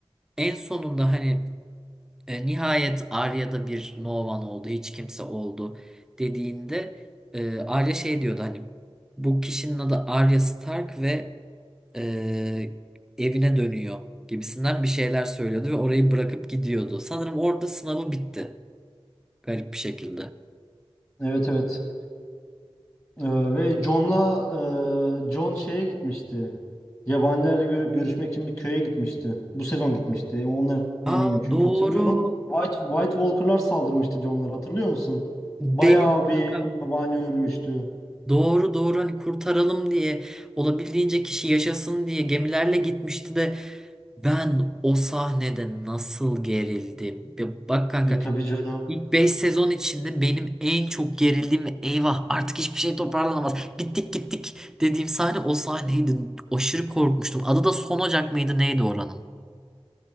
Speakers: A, in the centre; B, on the left.
A: En sonunda hani e, nihayet Arya'da bir No One oldu, hiç kimse oldu dediğinde e, Arya şey diyordu hani bu kişinin adı Arya Stark ve e, evine dönüyor gibisinden bir şeyler söylüyordu ve orayı bırakıp gidiyordu. Sanırım orada sınavı bitti. Garip bir şekilde.
B: Evet evet. Ee, ve John'la e, John şeye gitmişti. Yabanilerle gö- görüşmek için bir köye gitmişti. Bu sezon gitmişti. E, Ondan
A: Aa
B: eminim çünkü
A: doğru.
B: hatırlıyorum. White White Walker'lar saldırmıştı John'lara hatırlıyor musun?
A: Benim
B: Bayağı
A: kanka.
B: bir yabani ölmüştü.
A: Doğru doğru hani kurtaralım diye olabildiğince kişi yaşasın diye gemilerle gitmişti de ben o sahnede nasıl gerildim. Ya bak kanka
B: E tabii canım.
A: ilk 5 sezon içinde benim en çok gerildiğim ve eyvah artık hiçbir şey toparlanamaz. Bittik gittik dediğim sahne o sahneydi. Aşırı korkmuştum. Adı da Son Ocak mıydı neydi oranın?